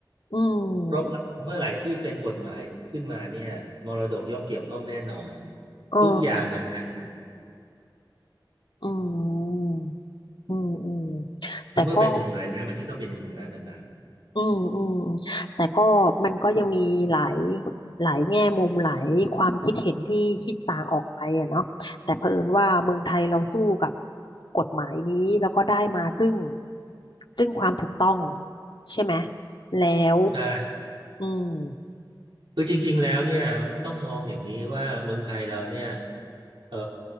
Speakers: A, on the left (about 70°); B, on the right (about 80°).
A: อืม
B: เพราะว่าเมื่อไหร่ที่เป็นกฎหมายขึ้นมาเนี่ยมรดกย่อมเกี่ยวข้องแน่นอน
A: เออ
B: ทุกอย่างเหมือนกันหมด
A: อืมอืมอืม
B: ในเมื่อเป็นกฎหมายแล้วมันจะต้องเป็นอย่างนั้นนะครับ
A: แต่ก็ อืมอืมแต่ก็มันก็ยังมีหลายหลายแง่มุมหลายความคิดเห็นที่คิดต่างออกไปอะเนาะแต่เผอิญว่าเมืองไทยเราสู้กับกฎหมายนี้แล้วก็ได้มาซึ่งซึ่งความถูกต้องใช่ไหมแล้ว
B: ใช่
A: อืม
B: คือจริงๆแล้วเนี่ยต้องมองอย่างนี้ว่าเมืองไทยเราเนี่ยเอ่อ